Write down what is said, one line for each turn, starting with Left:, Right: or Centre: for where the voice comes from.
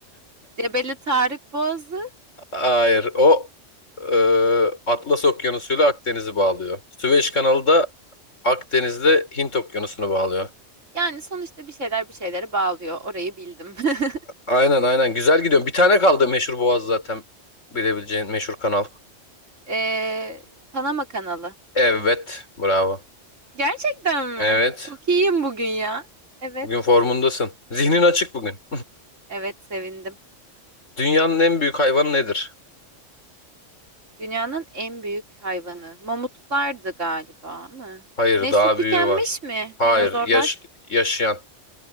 Right: Cebeli Tarık Boğazı.
Left: Hayır. O e, Atlas Okyanusu ile Akdeniz'i bağlıyor. Süveyş Kanalı da Akdeniz'de Hint Okyanusu'nu bağlıyor.
Right: Yani sonuçta bir şeyler bir şeyleri bağlıyor. Orayı bildim. <laughs>
Left: Aynen aynen. Güzel gidiyorum. Bir tane kaldı meşhur boğaz zaten. Bilebileceğin meşhur kanal.
Right: Ee, Panama Kanalı.
Left: Evet. Bravo.
Right: Gerçekten mi?
Left: Evet.
Right: Çok iyiyim bugün ya. Evet.
Left: Bugün formundasın. Zihnin açık bugün.
Right: Evet sevindim.
Left: Dünyanın en büyük hayvanı nedir?
Right: Dünyanın en büyük hayvanı. Mamutlardı galiba mı?
Left: Hayır,
Right: Nesli
Left: daha
Right: tükenmiş
Left: büyüğü var.
Right: mi?
Left: Hayır,
Right: Dinozorlar.
Left: yaş yaşayan.